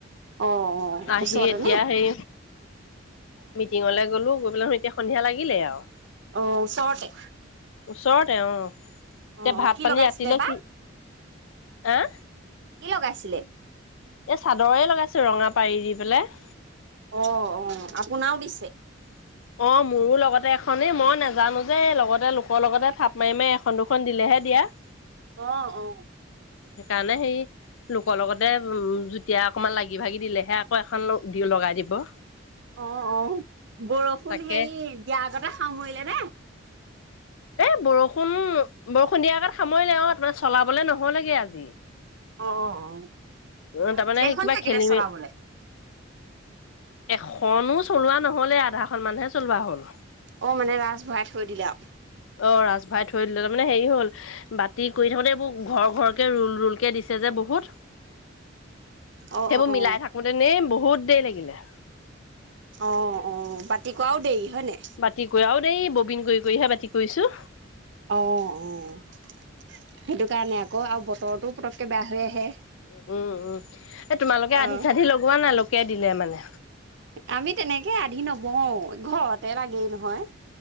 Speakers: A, on the right; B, on the left.
A: অ অ
B: আহি
A: ওচৰতে
B: এতিয়া,
A: নে
B: সেই মিটিঙলে গ'লো। গৈ পেলাই এতিয়া, সন্ধিয়া লাগিলেই আৰু।
A: অ'! ওচৰতে।
B: ওচৰতে অ'! এতিয়া,
A: অ
B: ভাত-পানী
A: অ কি লগাইছিলে
B: ৰাতিলে
A: বা
B: কি? হা!
A: কি লগাইছিলে?
B: এ, চাদৰে লগাইছোঁ, ৰঙা পাৰী দি পেলাই।
A: অ' অ'! আপোনাও দিছে?
B: <inaudible> অ'! মোৰো লগতে এখনে, মই নেজানোঁ যে, লগতে লোকৰ লগতে, থাপ মাৰি-মাৰি, এখন-দুখন দিলেহে দিয়া। <inaudible>
A: অ' অ'!
B: সেইকাৰণে সেই লোকৰ লগতে উম যুতিয়া অকমান লাগি লাগি ভাগি দিলেহে আকৌ এখন দি লগাই দিব।
A: অ অ বৰষুণ
B: তাকে
A: হেৰি দিয়াৰ আগতে সামৰিলে নে?
B: এ বৰ ষুণ বৰষুণ দিয়াৰ আগত সামৰিলে অ, তাৰমানে চলাবলে নহলগে আজি।
A: অ অ অ
B: উ তাৰমানে
A: কেইখন
B: সেই কিবা
A: থাকিলে
B: খেলিমেই
A: চলাবলে
B: এখনো চলোৱা নহলে আধাখন মানহে চলোৱা হ'ল।
A: অঁ মানে ৰাঁচ ভৰাই থৈ দিলে আওঁ।
B: অ ৰাচ ভাই থৈ দিলে তাৰমানে হেৰি হ'ল বাতি কৰি থাকোতে এইবোৰ ঘৰৰ ঘৰ কে ৰুল ৰুল কে দিছে যে বহুত,
A: অ
B: সেইবোৰ
A: অ
B: মিলাই থাকোতে নেই বহুত দেৰি লাগিলে।
A: অ অ বাতি কৰাও দেৰি হয়নে?
B: বাতি কোৰাও দেই ববিন কৰি কৰিহে বাতি কৰিছো।
A: অঁ অঁ সেইটো কাৰণে আকৌ আৰু বতৰটো পটকে বেয়া হৈ আহে।
B: উ উম উম, এ তোমালোকে
A: অ
B: আধি চাধি লগোৱা নাই লোকে দিলে মানে।
A: আমি তেনেকে আধি নবও ঘৰতে লাগেই নহয়।